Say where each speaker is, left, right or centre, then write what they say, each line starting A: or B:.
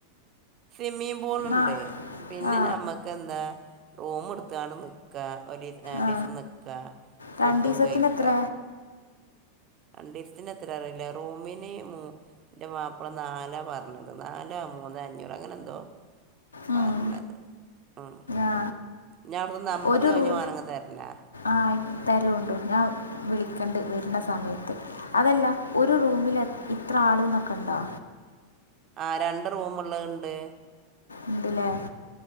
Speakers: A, on the right; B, on the left.
A: സ്വിമ്മിം ബോൾ ഉണ്ട്
B: ആ
A: പിന്നെ
B: ആ
A: നമ്മക്ക് ക്ക എന്താ റൂം എടുത്താണ് നിക്കാ വലിയ രണ്ടീസം
B: ആ
A: നിക്ക ഫുഡും
B: രണ്ട് ദിവസത്തിന്
A: കഴിക്ക
B: എത്ര
A: രണ്ടീസത്തിന് എത്ര അറിയില്ല റൂമിന് മൂ എന്റെ മാപ്പള നാലാ പറഞ്ഞത് നാലാ മൂന്ന അഞ്ഞൂറ അങ്ങനെ എന്തോ
B: ഉം,
A: പറഞ്ഞത് ഉം
B: ആ
A: ഞാൻ അവിടുത്തെ നമ്പറ്
B: ഒരു
A: കഴിഞ്ഞ്
B: റൂ
A: വേണങ്ങി തരില്ലേ
B: ആ തരുഒണ്ടു ഞാൻ വിളിക്കണ്ട് വരുന്ന സമയത്ത് അതല്ല ഒരു റൂമിൽ ഇത്ര ആൾ ഇന്നൊക്കെ ഉണ്ടോ
A: ആ രണ്ട് റൂമ് ഉള്ളത്ണ്ട്.
B: ഇണ്ട്ലെ